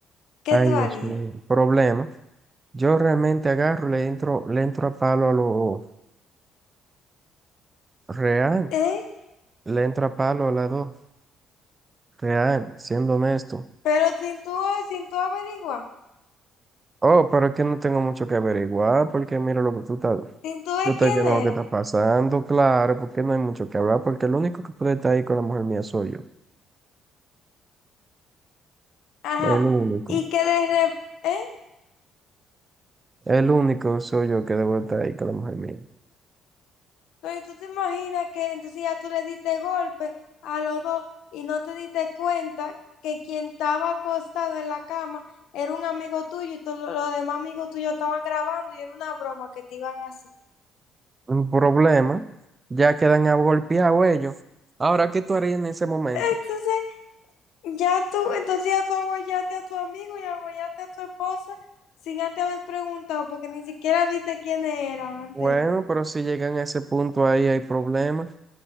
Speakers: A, on the left (about 75°); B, on the right (about 25°).
A: ¿Qué
B: Ay,
A: tú
B: Dios
A: harías?
B: mío. Problema. Yo realmente agarro, le entro, le entro a palo a lo real.
A: ¿Eh?
B: Le entro a palo a la dos. Real, siendo honesto.
A: Pero sin tú, sin tú averiguar,
B: Oh, pero es que no tengo mucho que averiguar, porque mira lo que tú estás.
A: sin tú ver
B: Yo estoy
A: quién
B: viendo
A: era.
B: lo que está pasando, claro, porque no hay mucho que hablar, porque el único que puede estar ahí con la mujer mía soy yo.
A: Ajá.
B: El único.
A: Y que de repente, ¿eh?
B: El único soy yo que debo estar ahí con la mujer mía.
A: Entonces tú te imaginas que entonces ya tú le diste golpe a los dos y no te diste cuenta que quien estaba acostado en la cama era un amigo tuyo y tú- los demás amigos tuyos estaban grabando y era una broma que te iban a hacer.
B: Un problema. Ya quedan golpear ellos. Ahora, ¿qué tú harías en ese momento?
A: Entonces ya tú, entonces ya tú abollaste a tu amigo y abollaste a tu esposa sin antes haber preguntado porque ni siquiera viste quiénes eran antes
B: Bueno,
A: de.
B: pero si llegan a ese punto ahí hay problemas.